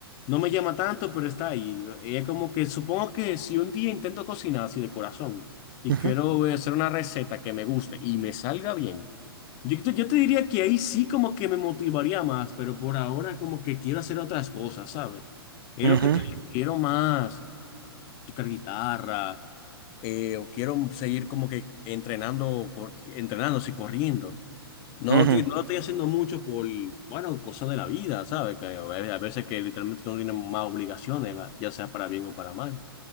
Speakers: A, on the left; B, on the right.
A: No me llama tanto, pero está ahí. Es como que supongo que si un día intento cocinar así de corazón y
B: ujú,
A: quiero hacer una receta que me guste y me salga bien, yo, yo- yo te diría que ahí sí como que me motivaría más, pero por ahora como que quiero hacer otras cosas, ¿sabes? Es
B: ujú,
A: lo que te digo, quiero más tocar guitarra eh, o quiero seguir como que entrenando, cor- entrenando, sí, corriendo. No,
B: ujú,
A: tío, no lo estoy haciendo mucho por, bueno, cosas de la vida, ¿sabes? Que a ve- a veces que literalmente no tienen más obligaciones, la- ya sea para bien o para mal.